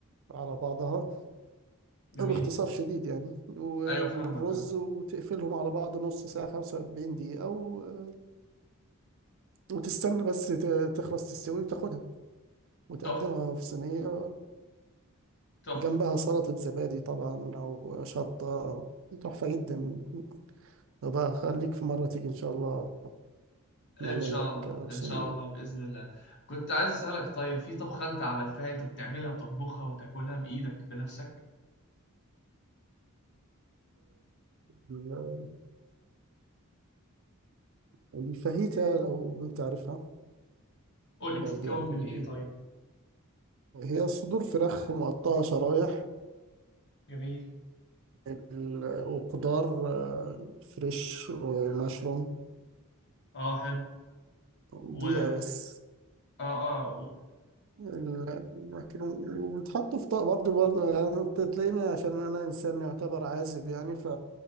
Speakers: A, on the right; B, on the left.
A: على بعضها
B: جميل
A: باختصار شديد يعني و-
B: أيوه
A: والرز
B: فاهمك آه
A: وتقفلهم على بعض نص ساعة 45 دقيقة و- وتستنى بس ت- تخلص تستوي وتاخدها وتقدمها
B: تحفة
A: في صينية
B: تحفة
A: جنبها سلطة زبادي طبعا أو شطة تحفة جدا بقى خليك في مرة تيجي إن شاء الله نعمل
B: ان شاء
A: لك
B: الله
A: صينية
B: ان شاء الله باذن الله كنت عايز اسالك طيب في طبخه انت عملتها انت بتعملها بتطبخها وتاكلها بايدك بنفسك
A: نعم. الفاهيتا لو انت عارفها
B: قول
A: برضه
B: لي بتتكون
A: يعني
B: من ايه
A: بي-
B: طيب
A: هي صدور فراخ مقطعة شرايح
B: جميل
A: ال- وخضار آه، فريش ومشروم
B: اه حلو
A: دقيقة
B: و اه
A: بس
B: اه
A: ال- المشروم- وبتحطوا في طبق برضه برضه يعني انت تلاقيني عشان انا انسان يعتبر عازب يعني ف